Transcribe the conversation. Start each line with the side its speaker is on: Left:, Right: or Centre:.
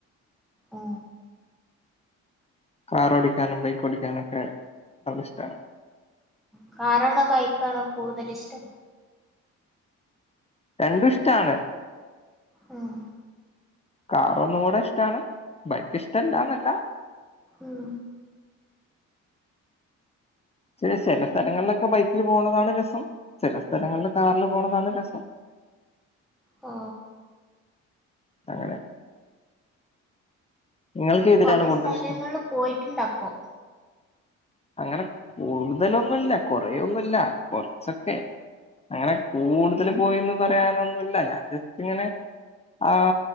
Centre: ആ
Left: കാർ ഓടിക്കാനും ബൈക്ക് ഓടിക്കാനും ഒക്കെ നല്ല ഇഷ്ടണ്.
Centre: കാറാണോ ബൈക്കാണോ കൂടുതൽ ഇഷ്ടം?
Left: രണ്ടും ഇഷ്ടാണ്.
Centre: ഉം
Left: കാറ് ഒന്നും കൂടെ ഇഷ്ടാണ്. ബൈക്ക് ഇഷ്ടല്ലന്നല്ല.
Centre: ഉം
Left: ചില സ്ഥലങ്ങളിലൊക്കെ ബൈക്കില് പോണതാണ് രസം. ചില സ്ഥലങ്ങളില് കാറില് പോണതാണ് രസം.
Centre: ആ
Left: അങ്ങനെ നിങ്ങൾക്ക് ഏതിലാണ്
Centre: കൊറെ
Left: കൂടുതൽ
Centre: സ്ഥലങ്ങളിൽ
Left: ഇഷ്ടം
Centre: പോയിട്ടുണ്ട് അപ്പൊ.
Left: അങ്ങനെ കൂടുതലൊന്നു ഇല്ല. കുറേൊന്നുഇല്ല കൊറച്ചൊക്കെ. അങ്ങനെ കൂടുതൽ പോയിന്ന് പറയാനൊന്നുമില്ല. ഞാൻ ജസ്റ്റ് ഇങ്ങനെ ആ